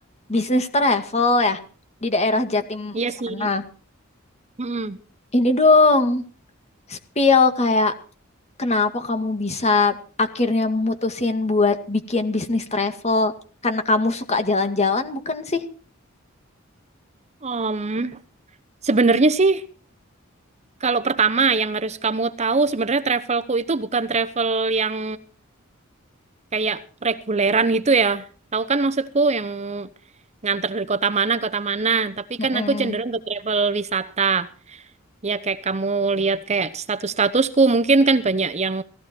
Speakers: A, on the left; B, on the right.
A: bisnis travel ya di daerah Jatim
B: Iya sih.
A: sana.
B: Mm.
A: Ini dong, spill kayak kenapa kamu bisa akhirnya mutusin buat bikin bisnis travel? Karena kamu suka jalan-jalan, bukan sih?
B: Om, sebenarnya sih kalau pertama yang harus kamu tahu sebenarnya travelku itu bukan travel yang kayak reguleran gitu ya. Tahu kan maksudku yang nganter dari kota mana kota mana, tapi
A: Mm-mm.
B: kan aku cenderung ke travel wisata. Ya kayak kamu lihat kayak status-statusku mungkin kan banyak yang